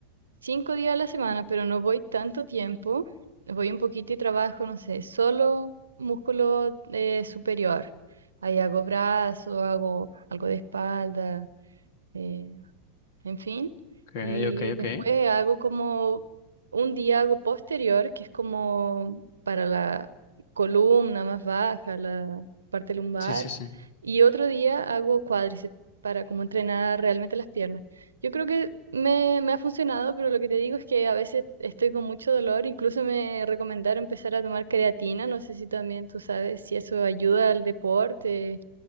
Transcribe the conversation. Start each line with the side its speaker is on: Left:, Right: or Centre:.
Right: cinco días a la semana, pero no voy tanto tiempo. Voy un poquito y trabajo, no sé, solo músculo eh, superior. Ahí hago brazo, hago algo de espalda, eh, en fin.
Left: Ok,
Right: Y
Left: ok,
Right: después
Left: ok.
Right: hago como un día hago posterior, que es como para la columna más baja, la parte lumbar,
Left: Sí, sí, sí.
Right: y otro día hago cuádriceps para como entrenar realmente las piernas. Yo creo que me, me ha funcionado, pero lo que te digo es que a veces estoy con mucho dolor, incluso me recomendaron empezar a tomar creatina, no sé si también tú sabes si eso ayuda al deporte